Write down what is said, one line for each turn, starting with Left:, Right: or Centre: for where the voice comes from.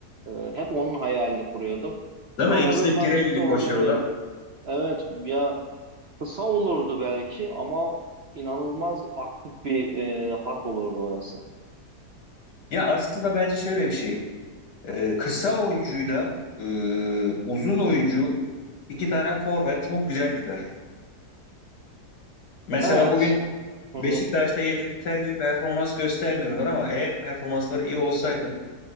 Right: e, hep onun hayalini kuruyordum. Sonra
Left: Değil mi? İkisi
Right: Rıdvan
Left: de pire
Right: gitti
Left: gibi
Right: orada
Left: koşuyorlar.
Right: oynayamadı. Evet ya kısa olurdu belki ama inanılmaz aktif bir e, hat olurdu orası.
Left: Ya aslında bence şöyle bir şey. Ee, kısa oyuncuyla e, uzun oyuncu iki tane forvet çok güzel gider. Mesela
Right: Evet.
Left: bugün
Right: Hı
Left: Beşiktaş'ta
Right: hı.
Left: yeterince performans göstermiyorlar ama eğer performansları iyi olsaydı